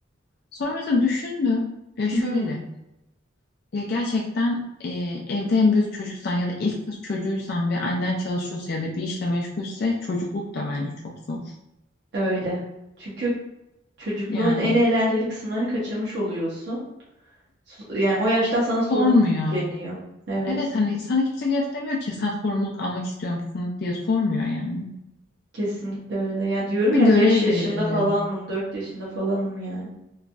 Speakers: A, on the left; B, on the right.
A: Sonra mesela düşündüm ya şöyle
B: Hı hı,
A: ya gerçekten e, evde en büyük çocuksan ya da ilk kız çocuğuysan ve annen çalışıyorsa ya da bir işle meşgulse çocukluk da bence çok zor.
B: öyle. Çünkü Çocukluğun
A: Yani
B: en eğlenceli kısımlarını kaçırmış oluyorsun. Su- Yani o yaştan sana sorumluluk
A: sormuyor.
B: yükleniyor. Evet,
A: Evet hani sana kimse gelip demiyor ki sen sorumluluk almak istiyor musun diye sormuyor yani.
B: kesinlikle öyle. Ya diyorum
A: Bir
B: ya
A: görev
B: 5 yaşında
A: veriliyor.
B: falanım, 4 yaşında falanım yani.